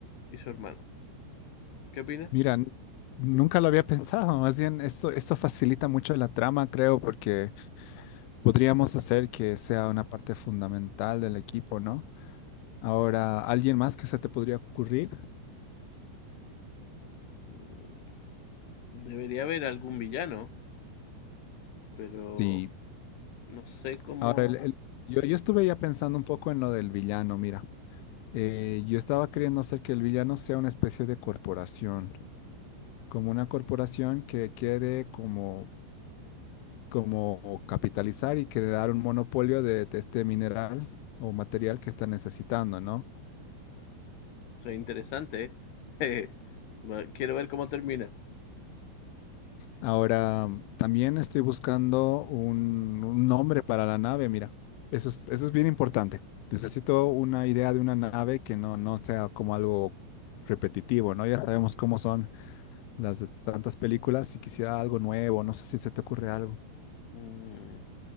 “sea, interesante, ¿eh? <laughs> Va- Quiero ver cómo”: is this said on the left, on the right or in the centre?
Left